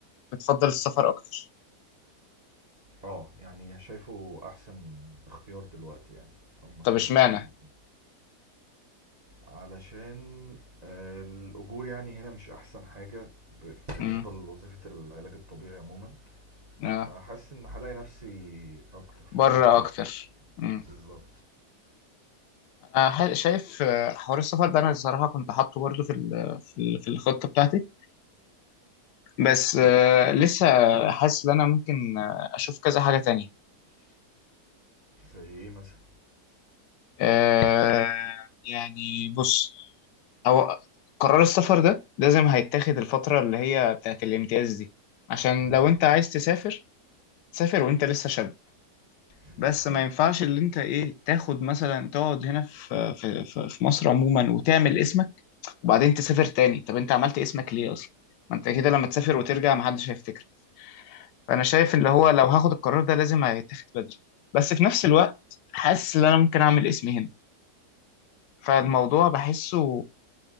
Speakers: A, on the left; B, on the right.
A: بتفضل السفر اكتر
B: اه يعني شايفه احسن اختيار دلوقتي يعني او مسار
A: طب اشمعنى؟
B: الواحد ممكن علشان آه، الاجور يعني هنا مش احسن حاجة ب-
A: مم.
B: بالنسبة لوظيفة العلاج الطبيعي عموما
A: اه
B: فحاسس ان هلاقي نفسي اكتر
A: بره
B: في بلد تانية
A: اكتر مم.
B: بالظبط
A: انا ح- شايف آه، حوار السفر ده انا الصراحه كنت حاطه برضه في ال- في ال- في الخطه بتاعتي بس آه، لسه حاسس ان انا ممكن آه، اشوف كذا حاجه تانية
B: زي ايه مثلا
A: آه يعني بص هو قرار السفر ده لازم هيتاخد الفترة اللي هي بتاعت الامتياز دي عشان
B: مم.
A: لو انت عايز تسافر سافر وانت لسه شاب
B: مم.
A: بس ما ينفعش اللي انت ايه تاخد مثلا تقعد هنا في في في في مصر عموما وتعمل اسمك وبعدين تسافر تاني طب انت عملت اسمك ليه اصلا ما انت كده لما تسافر وترجع محدش هيفتكر فانا شايف اللي هو لو هاخد القرار ده لازم هيتاخد بدري بس في نفس الوقت حاسس ان انا ممكن اعمل اسمي هنا فالموضوع بحسه